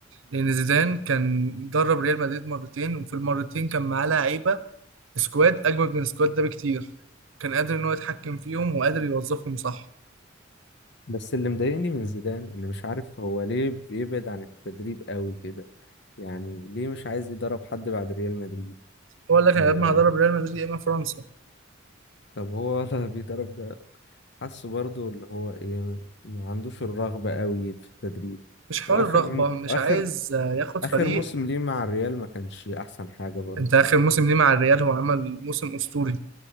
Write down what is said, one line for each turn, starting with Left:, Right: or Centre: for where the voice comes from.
Right: لأن زيدان كان درب ريال مدريد مرتين وفي المرتين كان معاه لعيبة سكواد أجمد من السكواد ده بكتير كان قادر إن هو يتحكم فيهم وقادر يوظفهم صح
Left: بس اللي مضايقني من زيدان ان مش عارف هو ليه بيبعد عن التدريب قوي كده يعني ليه مش عايز يدرب حد بعد ريال مدريد
Right: هو قال لك
Left: آه
Right: أنا يا إما هدرب ريال مدريد يا إما فرنسا
Left: طب هو <laughs> ولا بيدرب حاسه برضو اللي هو ايه ما عندوش الرغبة قوي في التدريب
Right: مش حول
Left: واخر
Right: الرغبة مش
Left: واخر
Right: عايز آه، ياخد
Left: اخر
Right: فريق
Left: موسم ليه مع الريال ما كانش احسن حاجة برضو
Right: أنت آخر موسم ليه مع الريال هو عمل موسم أسطوري